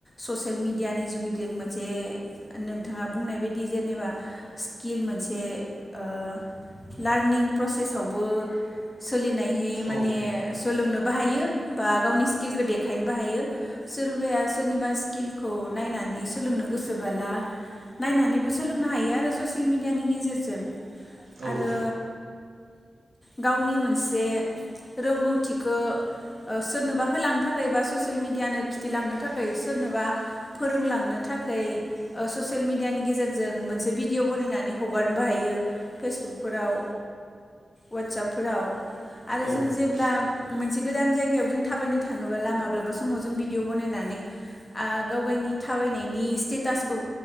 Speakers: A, on the left; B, on the right.
A: ससियेल मिडियानि जुगिदों मोनसे नोंथाङा बुंनाय बायदि दि जेनेबा स्किल मोनसे ओ लार्निं प्रसेसआवबो सोलिनायहै माने
B: औ
A: सोलोंनोबो हायो बा गावनि स्किलखौ देखायनोबो हायो सोरबाया सोरनिबा स्किलखौ नायनानै सोलोंनो गोसोबाला नायनानै सोलोंनो हायो आरो ससियेल मिडियानि गेजेरजों
B: औ
A: आरो गावनि मोनसे रोंगौथिखो सोरनोबा होलांनो थाखाय बा ससियेल मिडियानो खिथिलांनो थाखाय सोरनोबा फोरोंलांनो थाखाय ओ ससियेल मिडियानि गेजेर जों मोनसे भिडिअ' बनायनानै हगारनोबो हायो फेसबुकफोराव वाटसापफोराव आरो
B: औ
A: जों जेब्ला मोनसे गोदान जायगायाव जों थाबायनो थाङोब्ला माब्लाबा समाव जों भिडिअ' बनायनानै आ गावगायनि थाबायनायनि स्टेटासखौ